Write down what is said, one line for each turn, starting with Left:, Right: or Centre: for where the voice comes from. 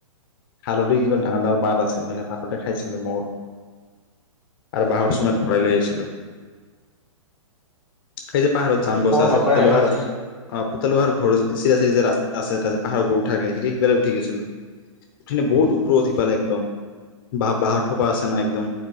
Left: হালধিৰ কিবা ডাঙৰ ডাঙৰ পাত আছে এনেকে ভাততে খাইছিলো মৌ আৰু
Centre: অ',
Left: বাঁহৰ চঙত ভৰাই লৈ আহিছিলো সেই যে পাহাৰত
Centre: আজিকালি
Left: জাম গছা
Centre: ময়ো
Left: আছে
Centre: নাপায়
Left: পুটল
Centre: ইমান।
Left: পাহাৰ অ আৰু ঘৰ চিৰা চিৰি যে ৰাস্তা আছে ত পাহাৰৰ উঠাকে সি সিফালে উঠি গৈছিলো বহু ওপৰত
Centre: অ',
Left: পালে একদম বাঁহৰ পৰা আছে নাই এক একদম